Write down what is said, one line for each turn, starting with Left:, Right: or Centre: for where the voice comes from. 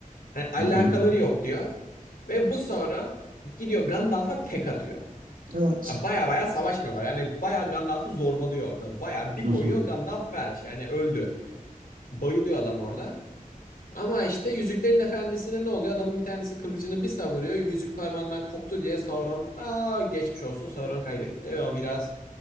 Left: Hani alakaları
Right: Hı hı.
Left: yok diyor. Ve bu Sauron gidiyor Gandalf'a tek atıyor.
Right: Evet.
Left: Ha, Baya baya savaşmıyorlar. Yani baya Gandalf'ı zorbalıyor orada. Baya bir
Right: Hı
Left: koyuyor
Right: hı.
Left: Gandalf felç. Yani öldü. Bayılıyor adam orada. Ama işte Yüzüklerin Efendisi'nde ne oluyor? Adamın bir tanesi kılıcını bir savuruyor. Yüzük parmağından koptu diye Sauron aa geçmiş olsun Sauron kaybetti. Ve o biraz